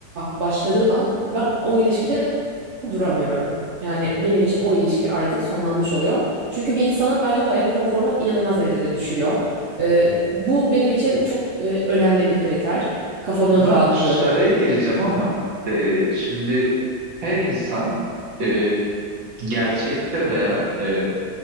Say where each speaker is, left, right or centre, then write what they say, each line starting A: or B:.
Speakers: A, on the right; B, on the right.
A: başladığı an ben o ilişkide duramıyorum. Yani benim için o ilişki artık sonlanmış oluyor. Çünkü bir insanın bence hayat konforunu inanılmaz derecede düşürüyor. Ee, bu benim için çok e, önemli bir kriter. Kafamın
B: Ama
A: rahatlığı.
B: ş- araya gireceğim ama e, şimdi her insan e, gerçekte veya e,